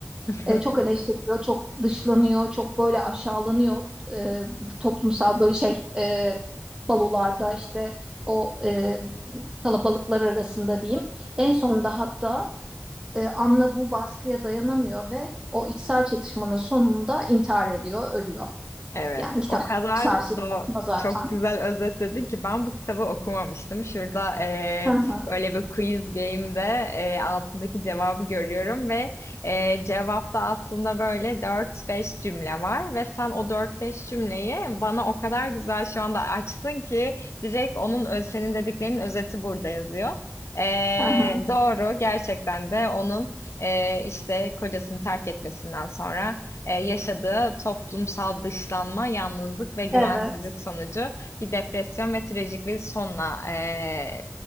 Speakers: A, on the left (about 70°); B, on the right (about 20°).
A: <laughs>
B: e, çok eleştiriliyor, çok dışlanıyor, çok böyle aşağılanıyor e, toplumsal böyle şey e, balolarda işte o e, kalabalıklar arasında diyeyim. En sonunda hatta e, Anna bu baskıya dayanamıyor ve o içsel çatışmanın sonunda intihar ediyor, ölüyor.
A: Evet,
B: Yani kitap
A: o kadar
B: çok sarsıcı
A: da
B: zaten.
A: çok güzel özetledin ki ben bu kitabı okumamıştım. Şurada eee,
B: Hı hı,
A: böyle bir quiz game'de eee, altındaki cevabı görüyorum ve eee, cevapta aslında böyle dört beş cümle var ve sen o dört beş cümleyi bana o kadar güzel şu anda açtın ki direkt onun ö- senin dediklerinin özeti burada yazıyor. Eee,
B: hı hı.
A: doğru gerçekten de onun eee, işte kocasını terk etmesinden sonra e, yaşadığı toplumsal dışlanma, yalnızlık ve güvensizlik
B: Evet,
A: sonucu bir depresyon ve trajik bir sonla e,